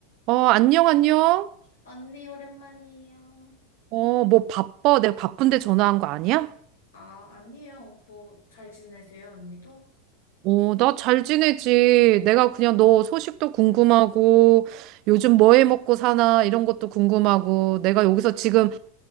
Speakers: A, on the right; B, on the left.
A: 어, 안녕, 안녕.
B: 언니, 오랜만이에요.
A: 어, 뭐 바빠? 내가 바쁜데 전화한 거 아니야?
B: 아, 아니에요. 뭐, 잘 지내세요, 언니도?
A: 어, 나 잘 지내지. 내가 그냥 너 소식도 궁금하고, 요즘 뭐해 먹고 사나, 이런 것도 궁금하고, 내가 여기서
B: 음,
A: 지금